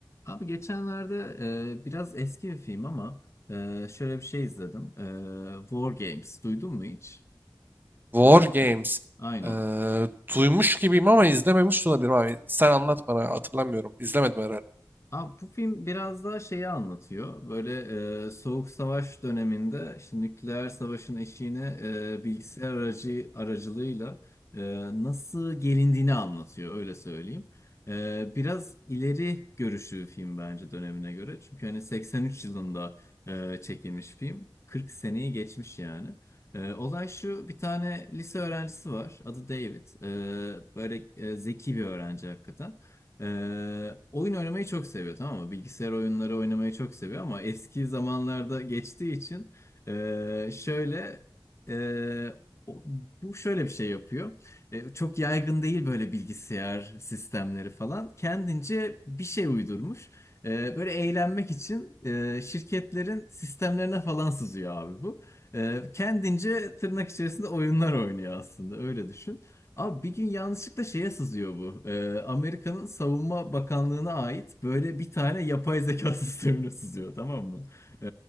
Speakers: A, on the left; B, on the right.
A: Abi geçenlerde e, biraz eski bir film ama e, şöyle bir şey izledim. E, War Games duydun mu hiç?
B: War Games.
A: Aynen.
B: Ee, duymuş gibiyim ama izlememiş de olabilirim abi. Sen anlat bana hatırlamıyorum. İzlemedim herhalde.
A: Abi bu film biraz daha şeyi anlatıyor. Böyle e, Soğuk Savaş döneminde işte nükleer savaşın eşiğine e, bilgisayar aracı aracılığıyla e, nasıl gelindiğini anlatıyor öyle söyleyeyim. E, biraz ileri görüşlü bir film bence dönemine göre. Çünkü hani 83 yılında e, çekilmiş film. 40 seneyi geçmiş yani. E, olay şu bir tane lise öğrencisi var. Adı David. E, böyle e, zeki bir öğrenci hakikaten. Ee, oyun oynamayı çok seviyor tamam mı? Bilgisayar oyunları oynamayı çok seviyor ama eski zamanlarda geçtiği için ee, şöyle ee, o- bu şöyle bir şey yapıyor. Ee, çok yaygın değil böyle bilgisayar sistemleri falan. Kendince bir şey uydurmuş. Ee, böyle eğlenmek için ee, şirketlerin sistemlerine falan sızıyor abi bu. Ee, kendince tırnak içerisinde oyunlar oynuyor aslında öyle düşün. Abi bir gün yanlışlıkla şeye sızıyor bu. Ee, Amerika'nın Savunma Bakanlığı'na ait böyle bir tane yapay zeka <laughs> sistemine sızıyor tamam mı? Ee,